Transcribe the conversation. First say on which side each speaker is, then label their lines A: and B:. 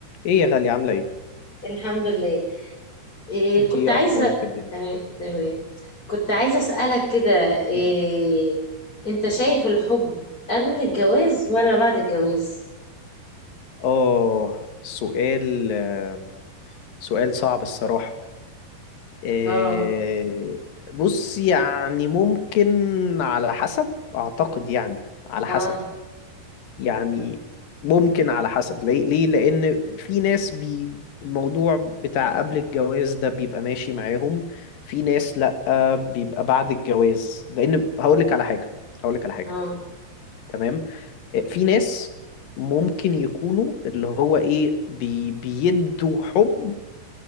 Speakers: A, on the left; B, on the left.
A: ايه يا غالية عاملة ايه؟
B: الحمد لله إيه
A: انتي
B: كنت
A: ايه
B: عايزة
A: اخبارك في الدنيا؟
B: تمام تمام كنت عايزة أسألك كده إيه
A: مم.
B: أنت شايف الحب قبل الجواز ولا بعد الجواز؟
A: اه سؤال آه، سؤال صعب الصراحة آه،
B: اه
A: بص يعني ممكن على حسب اعتقد يعني على
B: اه
A: حسب يعني ممكن على حسب ليه؟ ليه؟ لان في ناس بي الموضوع بتاع قبل الجواز ده بيبقى ماشي معاهم في ناس لأ بيبقى بعد الجواز لان هقولك على حاجة هقولك على حاجة
B: اه
A: تمام في ناس ممكن يكونوا اللي هو ايه بي بيدوا حب